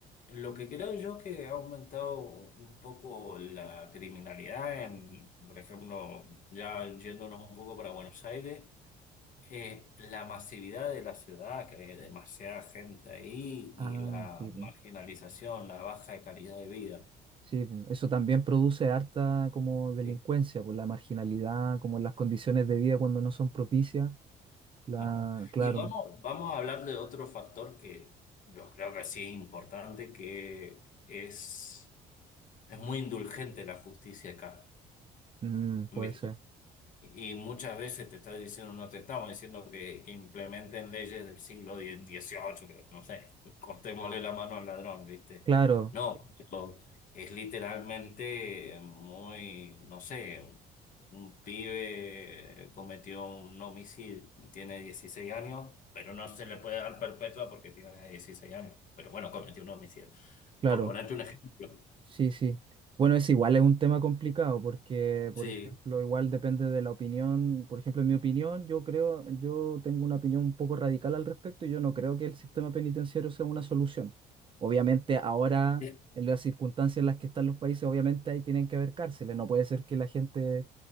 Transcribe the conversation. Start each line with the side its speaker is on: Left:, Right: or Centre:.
Left: lo que creo yo que ha aumentado un poco la criminalidad en, por ejemplo, ya yéndonos un poco para Buenos Aires, eh, la masividad de la ciudad, que hay demasiada gente ahí y
Right: Ah,
Left: la
Right: sí, po.
Left: marginalización, la baja de calidad de vida.
Right: Sí, po. Eso también produce harta como delincuencia,
Left: Sí.
Right: por la marginalidad, como las condiciones de vida cuando no son propicias. La,
Left: Ajá.
Right: claro,
Left: Y vamos, vamos a hablar de otro factor que yo creo que sí es importante, que es, es muy indulgente la justicia acá.
Right: Mm, puede
Left: ¿viste?
Right: ser.
Left: Y muchas veces te está diciendo, no te estamos diciendo que, que implementen leyes del siglo die- XVIII, que no sé, cortémosle la mano al ladrón, ¿viste?
Right: Claro,
Left: No, pero es literalmente muy, no sé, un, un pibe cometió un homicidio, tiene 16 años, pero no se le puede dar perpetua porque tiene 16 años. Pero bueno, cometió un homicidio.
Right: claro.
Left: Por ponerte un ejemplo.
Right: Sí, sí. Bueno, es igual, es un tema complicado porque, por
Left: Sí.
Right: ejemplo, igual depende de la opinión. Por ejemplo, en mi opinión, yo creo, yo tengo una opinión un poco radical al respecto y yo no creo que el sistema penitenciario sea una solución. Obviamente, ahora,
Left: Sí.
Right: en las circunstancias en las que están los países, obviamente ahí tienen que haber cárceles. No puede ser que la gente,